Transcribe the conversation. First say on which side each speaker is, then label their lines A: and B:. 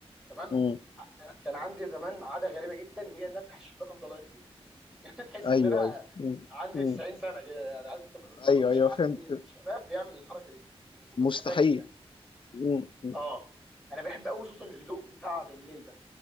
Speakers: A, in the centre; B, on the left.
A: تمام
B: مم.
A: ع- كان كان عندي زمان عاده غريبه جدا وهي ان افتح الشباك افضل اقرا يعني تحس
B: ايوه
A: ان انا
B: ايوه مم.
A: عندي
B: مم.
A: 90 سنه كده، يعني عارف انت ما ما
B: ايوه
A: اظنش
B: ايوه
A: في حد
B: فهمت
A: من الشباب بيعمل الحركه دي بس انا
B: مستحيل
A: كنت بحبها جدا
B: مم. مم.
A: اه انا بحب قوي صوت الهدوء بتاع بالليل ده